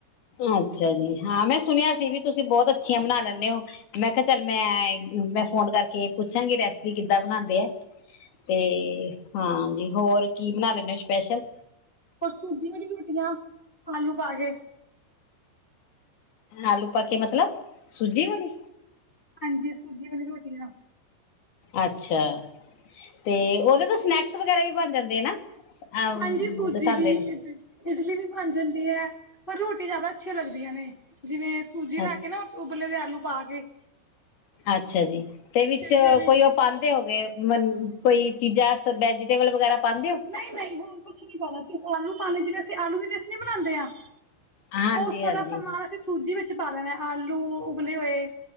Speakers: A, on the left; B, on the left.
A: ਅੱਛਾ ਜੀ ਹਾਂ ਮੈਂ ਸੁਣਿਆ ਸੀ ਵੀ ਤੁਸੀਂ ਬਹੁਤ ਅੱ ਅੱਛੀਆਂ ਬਣਾ ਲੈਂਦੇ ਹੋ ਮੈਂ ਕਿਹਾ ਚੱਲ ਮੈਂ ਮੈਂ ਫੋਨ ਕਰਕੇ ਪੁੱਛਾਂਗੀ ਰੈਸਪੀ ਕਿੱਦਾਂ ਬਣਾਉਂਦੇ ਆ ਤੇ ਹਾਂ ਹੋਰ ਕੀ ਬਣਾ ਲੈਦੇ ਹੋ ਸਪੈਸ਼ਲ
B: ਹੋਰ ਸੂਜੀ ਵਾਲੀ ਰੋਟੀਆਂ ਆਲੂ ਪਾ ਕੇ
A: ਆਲੂ ਪਾ ਕੇ ਮਤਲਬ ਸੂਜੀ ਵਾਲੀ
B: ਹਾਂਜੀ ਸੂਜੀ ਵਾਲ ਰਟੀੀਆਂ
A: ਅੱਛਾ ਤੇ ਉਹਦੇ ਤਾਂ ਸਨੈਕਸ ਵਗੈਰਾ ਵੀ ਬਣ ਜਾਂਦੇ ਐ ਨਾ ਅ
B: ਹਾਂਜੀ ਸੂਜੀ
A: ਦਿਖਾਉਂਦੇ
B: ਦੀ
A: ਨੇ
B: ਇਡਲੀ ਵੀ ਬਣ ਜਾਂਦੀ ਹੈ ਪਰ ਰੋਟੀ ਜ਼ਿਆਦਾ ਅੱਛੀਆਂ ਲੱਗਦੀਆਂ ਨੇ ਜਿਵੇਂ ਸੂਜੀ
A: ਅੱਛਾ
B: ਲਾ ਕੇ ਨਾ ਉਬਲੇ ਦੇ ਆਲੂ ਪਾ ਕੇ ਜੀ
A: ਅੱਛਾ ਜੀ ਤੇ ਵਿੱਚ
B: ਜਿਵੇਂ
A: ਕੋਈ ਉਹ ਪਾਂਦੇ ਹੋ ਗਏ ਕੋਈ ਚੀਜ਼ਾਂ ਵੈਜੀਟੇਬਲ ਵਗੈਰਾ ਪਾਉਂਦੇ ਹੋ?
B: ਨਹੀਂ ਨਹੀਂ ਹੋਰ ਕੁਛ ਨੀ ਪਾਣਾ ਸਿਰਫ ਔ ਆਲੂ ਪਾਵੇਂ ਜਿਵੇਂ ਅਸੀਂ ਆਲੂ ਦੀ ਮਿਸ ਨੀ ਬਣਾਉਦੇਾਂ
A: ਹਾਂਜੀ
B: ਔ ਸਾਰਾ
A: ਹਾਂਜੀ।
B: ਸਮਾਨ ਅਸੀਂ ਸੂਜੀ ਵਿੱਚ ਪਾ ਲੈਣਾ ਆਲੂ ਉਬਲੇ ਹੋਏ